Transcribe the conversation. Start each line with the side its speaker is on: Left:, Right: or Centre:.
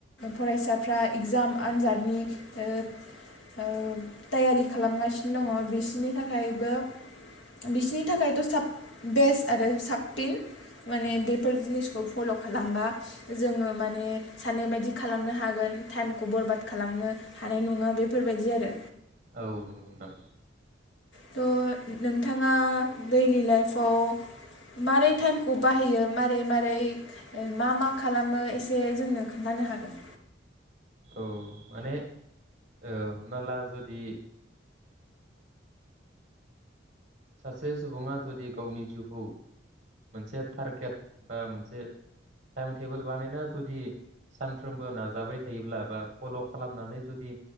Left: फरायसाफ्रा एगजाम आनजादनि ओ ओ टैयारि खालामगासिनो दङ बिसोरनि थाखायबो बिसोरनि थाखायथ' साब बेस्ट आरो साबसिन माने बेफोर जिनिसखौ फल' खालामबा जोङो माने सान बायदि खालामनो हागोन टाइमखौ बरबाद खालामनो हानाय नङा बेफोरबायदि आरो
Right: औ नंगौ नोंथां
Left: थ' नोंथाङा दैलि लाइफआव मारै टाइमखौ बाहायो मारै मारै मा मा खालामो एसे जोंनो खोन्थानो हागोन
Right: औ माने ओ हमना ला जुदि सासे सुबुङा जुदि गावनि जिउखौ मोनसे टारगेट बा मोनसे टाइम टेबोल बानायना जुदि सानफ्रोमबो नाजाबाय थायोब्ला बा फल' खालामनानै जुदि